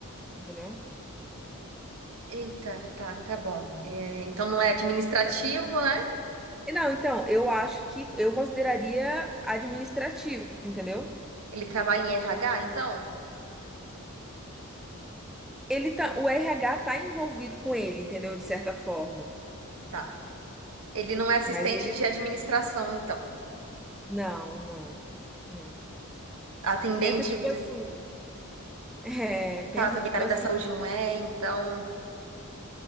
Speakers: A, in the centre; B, on the right (about 80°).
A: entendeu?
B: Eita, tá, tá bom. É, então não é administrativo, né?
A: E Não, então, eu acho que eu consideraria administrativo, entendeu?
B: Ele trabalha em RH, então?
A: Ele tá, o RH tá envolvido com ele, entendeu? De certa forma.
B: Tá. Ele não é assistente
A: Mas ele.
B: de administração, então.
A: Não, não, não.
B: Atendente,
A: Pensa tipo
B: de-
A: assim, <laughs> é, pensa
B: tá, também
A: tipo
B: da área
A: assim.
B: da saúde não é, então.